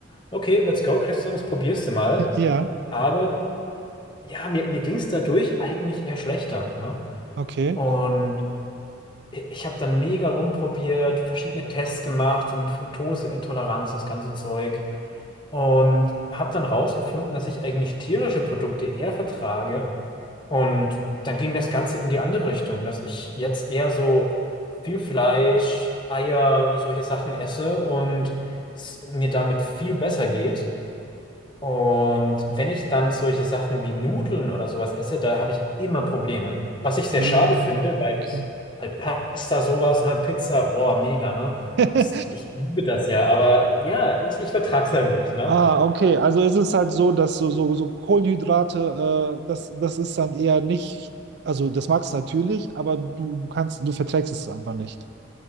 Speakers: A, on the left; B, on the right.
A: okay, let's go, Christian, das probierst du mal.
B: <laughs> Ja,
A: Aber ja, mir, mir ging es dadurch eigentlich eher schlechter, ne?
B: okay.
A: Und ich habe dann mega rumprobiert, verschiedene Tests gemacht, so mit Fructoseintoleranz, das ganze Zeug. Und habe dann rausgefunden, dass ich eigentlich tierische Produkte eher vertrage. Und dann ging das Ganze in die andere Richtung, dass ich jetzt eher so viel Fleisch, Eier, solche Sachen esse und es mir damit viel besser geht. Und wenn ich dann solche Sachen wie Nudeln oder sowas esse, da habe ich immer Probleme. Was ich sehr
B: Ah,
A: schade finde, weil
B: okay.
A: ich halt Pasta, sowas, ne, Pizza, boah, mega, ne?
B: <laughs>
A: Das, ich liebe das ja, aber ja, ich, ich vertrag's halt nicht, ne?
B: Ah, okay. Also ist es halt so, dass so, so, so Kohlenhydrate, äh, das, das ist dann eher nicht, also das magst du natürlich, aber du, du kannst, du verträgst es einfach nicht.